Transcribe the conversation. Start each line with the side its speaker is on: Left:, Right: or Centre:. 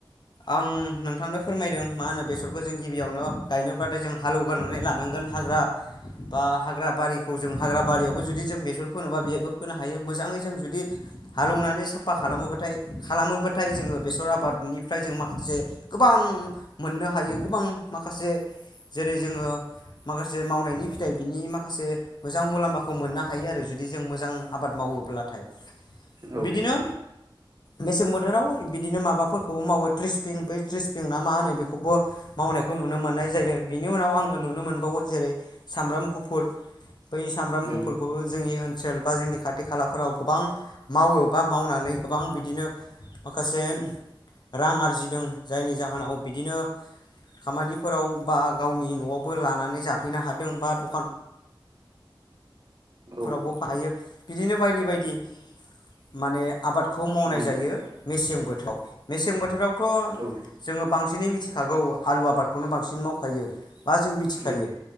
Left: आं नोंथांनो फोरमायदों मा होनो बेसरखौ जों गिबियावनो गायनोब्लाथाय जों हालेवगोरनानै लानांगोन हाग्रा बा हाग्रा बारिखौ जों हाग्रा बारियावबो जुदि जों बेसर फोनोबा बेहबो फोनो हायो। मोजाङै जों जुदि हालेवनानै साफा खालामोबाथाय खालामोबा नाथाय जोङो बेसर आबादनिफ्राय जों माखासे गोबां मोननो हायो गोबां माखासे जेरै' जोङो। माखासे मावनायनि फिथाइ बिनि माखासे मोजां मुलाम्फाखौ मोननो हायो आरो। जुदि जों मोजां आबाद मावोब्लाथाय।
Right: औ
Left: बिदिनो। मेसें बोथोराव बिदिनो माबाफोरखौबो मावो थ्रिसपिं बै थ्रिसपिं ना मा होनो बेखौबो मावनायखौ नुनो मोननाय जायो। बिनि उनाव आङो नुनो मोनबावो जेरै' सामब्राम गुफुर बै सामब्राम
Right: उम
Left: गुफुरखौबो जोंनि ओ ओनसोल बा जोंनि खाथि खालाफोराव गोबां मावो बा मावनानै गोबां बिदिनो माखासे रां आरजिदों जायनि जाहोनाव बिदिनो खामानिफोराव बा गावनि न'आवबो लानानै जाफैनो हादों बा द'खान
Right: औ
Left: फोरावबो फायो बिदिनो बायदि बायदि। माने आबाद खौ
Right: उम
Left: मावनाय जायो। मेसें बोथोराव मेसें बोथोरावथ'
Right: औ
Left: जोङो बांसिन बांसिनै मिथिखागौ आलु आबादखौनो बांसिन मावखायो बा जों मिथिखायो।
Right: उम